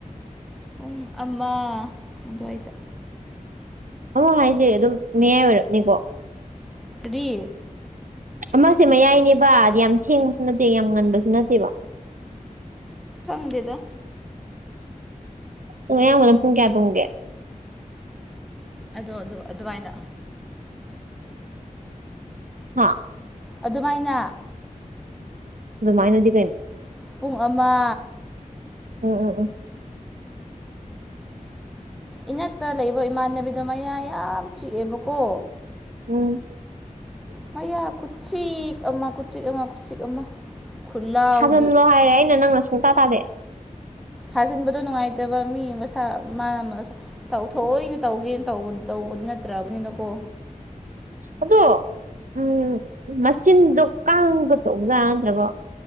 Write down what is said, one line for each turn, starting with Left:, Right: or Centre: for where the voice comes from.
Centre: ꯄꯨꯡ ꯑꯃ ꯑꯗꯨꯋꯥꯏꯗ
Right: ꯑꯣ ꯍꯥꯏꯁꯦ ꯑꯗꯨꯝ ꯃꯌꯥꯏ ꯑꯣꯏꯔꯞꯅꯤꯀꯣ
Centre: ꯇꯔꯤ
Right: ꯑꯃꯁꯦ ꯃꯌꯥꯏꯅꯦꯕ ꯌꯥꯝ ꯊꯦꯡꯕꯁꯨ ꯅꯠꯇꯦ ꯌꯥꯝ ꯉꯟꯕꯁꯨ ꯅꯠꯇꯦꯕ
Centre: ꯈꯪꯗꯦꯗ
Right: ꯑꯣ ꯑꯌꯥꯝꯕꯅ ꯄꯨꯡ ꯀꯌꯥ ꯇꯣꯡꯒꯦ
Centre: ꯑꯗꯣ ꯑꯗꯨ ꯑꯗꯨꯃꯥꯏꯅ
Right: ꯍꯥꯥ
Centre: ꯑꯗꯨꯃꯥꯏꯅ
Right: ꯑꯗꯨ ꯃꯥꯏꯅꯗꯤ ꯀꯥꯏꯅ
Centre: ꯄꯨꯡ ꯑꯃ
Right: ꯎꯝ ꯎꯝ ꯎꯝ
Centre: ꯏꯅꯛꯇ ꯂꯩꯕ ꯏꯃꯥꯟꯅꯕꯤꯗꯣ ꯃꯌꯥ ꯌꯥꯝ ꯆꯤꯛꯑꯦꯕꯀꯣ
Right: ꯎꯝ
Centre: ꯃꯌꯥ ꯈꯨꯠꯤ ꯑꯃ ꯈꯨꯤꯛ ꯑꯃ ꯈꯨꯠꯤꯛ ꯑꯃ ꯈꯨꯠꯂꯥꯎꯗꯤ
Right: ꯊꯖꯤꯜꯂꯣ ꯍꯥꯏꯔꯦ ꯑꯩꯅ ꯅꯪꯅ ꯁꯨꯡꯇꯥ ꯇꯥꯗꯦ
Centre: ꯊꯥꯖꯤꯟꯕꯗꯣ ꯅꯨꯡꯉꯥꯏꯇꯕ ꯃꯤ ꯃꯁꯥ ꯃꯥꯅ ꯊꯣꯏꯏꯅ ꯇꯧꯒꯦꯅ ꯇꯧꯕ ꯇꯧ ꯇꯧꯕꯗꯤ ꯅꯠꯇ꯭ꯔꯕꯅꯤꯅꯀꯣ
Right: ꯑꯗꯣ ꯎꯝ ꯃꯆꯤꯟꯗꯣ ꯀꯥꯡꯒ ꯇꯎꯖꯥꯔꯥ ꯅꯠꯇ꯭ꯔꯒꯣ